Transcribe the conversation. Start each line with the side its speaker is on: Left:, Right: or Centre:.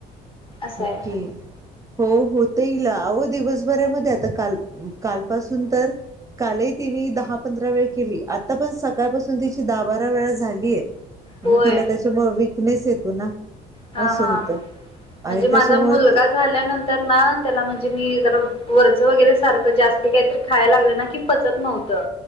Left: असं
Right: ओके.
Left: आहे
Right: हो होते हिला आव दिवसभरामध्ये आता काल, कालपासून तर कालही तिने दहा पंधरा वेळ केली. आता पण सकाळपासून तिची दहा बारा वेळा झालिये.
Left: होय
Right: मग तिला त्याच्यामुंळ विकनेस येतो ना,
Left: हा
Right: असं
Left: हा
Right: होतं. आणि
Left: म्हणजे माझा
Right: त्याच्यामुळे
Left: मुलगा
Right: ती
Left: झाल्यानंतर ना, त्याला म्हणजे मी मी जरा वरच वगैरे सारखं जास्त काहीतरी खायला लागले ना की पचत नव्हतं.